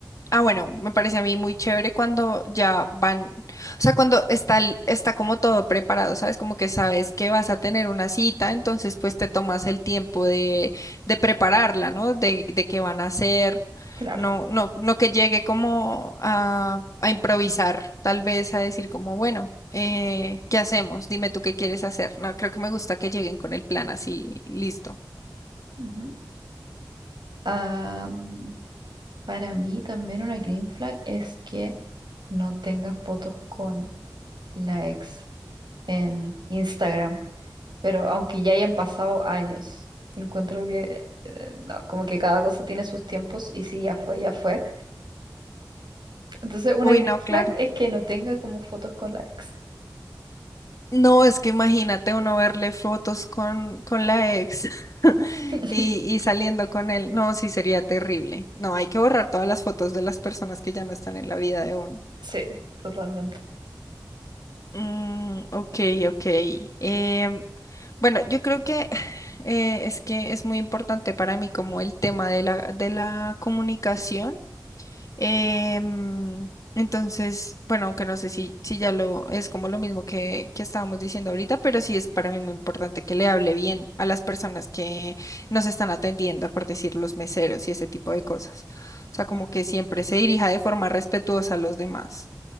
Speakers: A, on the left; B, on the right.
A: Ah, bueno, me parece a mí muy chévere cuando ya van, o sea, cuando está, el- está como todo preparado, ¿sabes? Como que sabes que vas a tener una cita, entonces pues te tomas el tiempo de, de prepararla, ¿no? De, de qué van a hacer,
B: Claro.
A: no, no, no que llegue como a, a improvisar, tal vez a decir como, bueno, eh, ¿qué hacemos? Dime tú qué quieres hacer. No, creo que me gusta que lleguen con el plan así, listo.
B: Ujú. Ah, mm, para mí también una green flag es que no tenga fotos con la ex en Instagram. Pero aunque ya hayan pasado años, encuentro que eh, no, como que cada cosa tiene sus tiempos y si ya fue, ya fue. Entonces, una
A: Uy,
B: green
A: no, claro.
B: flag es que no tenga como fotos con la ex.
A: No, es que imagínate uno verle fotos con, con la ex <laughs>
B: <laughs>
A: y, y saliendo con él. No, sí sería terrible. No, hay que borrar todas las fotos de las personas que ya no están en la vida de uno.
B: Sí, totalmente.
A: Mm, ok, ok. Em, bueno, yo creo que <sighs> eh, es que es muy importante para mí como el tema de la, de la comunicación. Em, entonces, bueno, aunque no sé si, si ya lo es como lo mismo que, que estábamos diciendo ahorita, pero sí es para mí muy importante que le hable bien a las personas que nos están atendiendo, por decir los meseros y ese tipo de cosas. O sea, como
B: Mm,
A: que siempre se dirija de forma respetuosa a los demás.